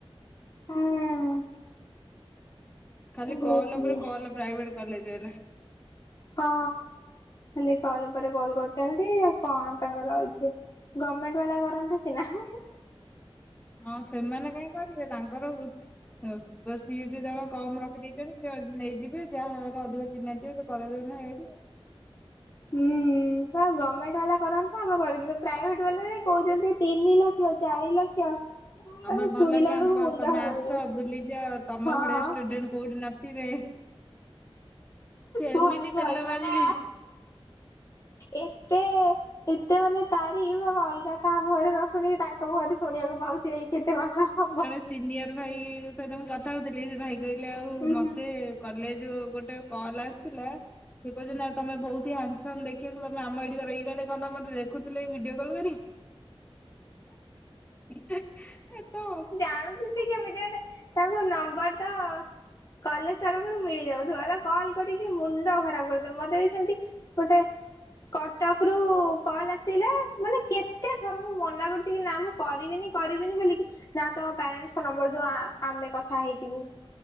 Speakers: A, on the left; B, on the left.
A: ହଁ।
B: ଖାଲି କଲ୍
A: ବହୁତ
B: ଉପରେ
A: ଇଏ
B: କଲ୍ ପ୍ରାଇଭେଟ୍ କଲେଜ ରେ।
A: ହଁ ଖାଲି କଲ୍ ଉପରେ କଲ କରିୁଚନ୍ତି ଆଉ କଣ ତାଙ୍କର ଅଛି। ଗମେଣ୍ଟ ବାଲା କରନ୍ତେ ସିନା ହେ-ହେ।
B: ହଁ ସେମାନେ କହିଁ କରିବେ, ତାଙ୍କର ହଁ <unintelligible> ସିଟି <unintelligible> କମ୍ ରଖିଦେଇଚନ୍ତି ତ ନେଇଯିବେ ଯାହାର ଅଧିକ ଚିହ୍ନା ଥିବା କରେଇ ଦେବେନା ନା ଏଇଠି।
A: ହୁଁ। ତ ଗମେଣ୍ଟ ବାଲା କରନ୍ତା ଆମେ କରନ୍ତୁ, ପ୍ରାଇଭେଟ୍ ବାଲା ରେ କହୁଚନ୍ତି ତିନି ଲକ୍ଷ ଚାରି ଲକ୍ଷ। ମାନେ
B: ଆମର ଭଲ
A: ଶୁଣିଲା
B: କ୍ୟାମ୍ପସ୍,
A: ବେଳକୁ ମୁଣ୍ଡ
B: ତମେ
A: ଖରାପ
B: ଆସ
A: ହେଇଯାଉଛି।
B: ବୁଲିଯଅ ତମ
A: ହଁ
B: ଭଳିଆ ଷ୍ଟୁଡେଣ୍ଟ କୋଉଠି ନଥିବେ। ସେ
A: କୁହନି
B: ଏମିତି
A: କୁହନି
B: ତେଲ ମାରିବେ
A: ମାନେ ଏତେ ଏତେ ମାନେ ତାରିପ୍ ଆମେ ଅଲଗା କାହା ମୁହଁରେ ନ ଶୁଣିକି ତାଙ୍କ ମୁହଁରେ ଶୁଣିବାକୁ ପାଉ ସେଇ କେତେ ମାସ ହବ।
B: ସିନିୟର୍ ଭାଇ ସହିତ ମୁଁ କଥା କହୁଥିଲି ସେ ଭାଇ କହିଲେ ଆଉ
A: ହୁଁ
B: ମତେ
A: ହୁଁ
B: କଲେଜ୍ ରୁ ଗୋଟେ କଲ୍ ଆସିଥିଲା। ସିଏ କହୁଚନ୍ତି ନା ଆଉ ତମେ ବହୁତ୍ ହ୍ୟାଣ୍ଡସମ୍ ଦେଖିବାକୁ, ତମେ ଆମ <unintelligible> ଇଏ କହିଲେ ତମେ ମତେ ଦେଖୁଥିଲ ଭିଡିଓ କଲ୍ କରି କି। <unintelligible> ଏ ତ
A: ଜାଣୁକନ୍ତି କେମିତି ମାନେ ତାଙ୍କ ନମ୍ବର ଟା କଲେଜ୍ ତରଫରୁ ମିଳିଯାଉଥିବ ତ କଲ୍ କରିକି ମୁଣ୍ଡ ଖରାପ୍ କରିଦେବେ, ମତେ ବି ସେମିତି ଗୋଟେ କଟକ୍ ରୁ କଲ୍ ଆସିଲା ମାନେ କେତେ ଥର ମୁଁ ମନା କରୁଚି କି ନା ମୁଁ କରିବିନି-କରିବିନି ବୋଲିକି ନା ତମ ପ୍ୟାରେଣ୍ଟସ୍ ନମ୍ୱର୍ ଦବ ଆମେ କଥା ହେଇଯିବୁ।